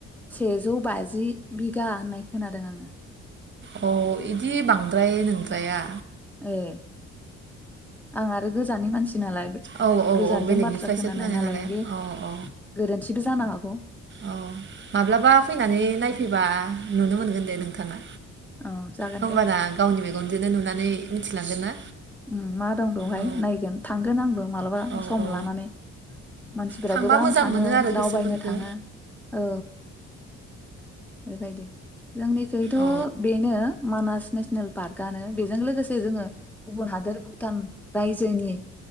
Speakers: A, in the centre; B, on the right (about 40°).
A: सेजौ बाजि बिघा होननाय खोनादों आङो
B: अ इदि बांद्राय नोंद्राया
A: ए आं आरो गोजाननि मानसि नालाय बे-
B: औ औ
A: गोजानजों
B: औ बेलेगनिफ्रायसो
A: बाथ्रा
B: खोनानाय नालाय
A: इयो
B: औ औ
A: गोरोन्थिबो जानो हागौ
B: औ माब्लाबा फैनानै नायफै फैबा नुनो मोनगोन दे नोंथाङा
A: औ जागोन
B: होमबाना
A: दे
B: गावनि मेगन बिदिनो नुनानै मिथिलांगोन ना
A: उम मा दं बेवहाय
B: औ
A: नायगोन थांगोन आंबो मालाबा
B: औ
A: सम
B: औ
A: लानानै मानसिफोरा
B: थांबा
A: गोबां
B: मोजां
A: थाङो
B: मोनो आरो
A: दावबायनो
B: गोसोफोरखौ
A: थाङो औ बेबायदि जोंनिखैथ
B: औ
A: बेनो मानास नेसनेल पार्क आनो बेजों लोगोसे जोङो गुबुन हादोर भुटान रायजोनि